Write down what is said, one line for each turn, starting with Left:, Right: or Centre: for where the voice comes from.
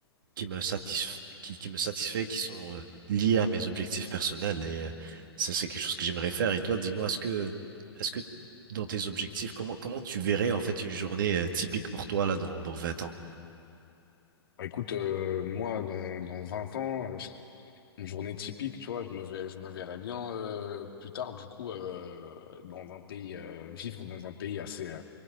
Right: qui me satisf qui, qui me satisfait, qui sont euh, liés à mes objectifs personnels. Et euh, ça, c'est quelque chose que j'aimerais faire. Et toi, dis-moi, est-ce que, est-ce que dans tes objectifs, comment, comment tu verrais en fait une journée euh, typique pour toi là dans, dans vingt ans?
Left: Bah, écoute, euh, moi, dans, dans 20 ans, euh, une journée typique, tu vois, je me verrais, je me verrais bien euh, plus tard, du coup, euh, dans un pays, euh, vivre dans un pays assez, euh,